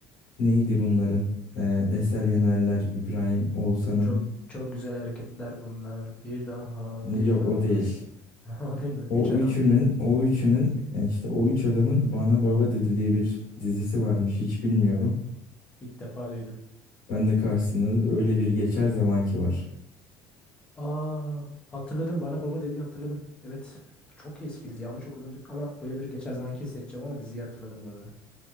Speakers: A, on the left; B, on the left.
A: neydi bunların? Ee, Eser Yenerler İbrahim Oğuzhan'ın
B: Çok çok güzel hareketler bunlar. Bir daha,
A: Yok
B: bir daha.
A: o değil.
B: <laughs> O değil mi?
A: O
B: Üç adam.
A: üçünün, o üçünün e, işte o üç adamın Bana Baba Dedi diye bir dizisi varmış hiç bilmiyorum.
B: İlk defa duydum.
A: Ben de karşısına öyle bir geçer zamanki var.
B: Aa, hatırladım. Bana baba dediği hatırladım. Evet. Çok eski dizi ama çok uzun ama öyle bir geçer zamanki seçeceğim ama diziyi hatırladım bu arada.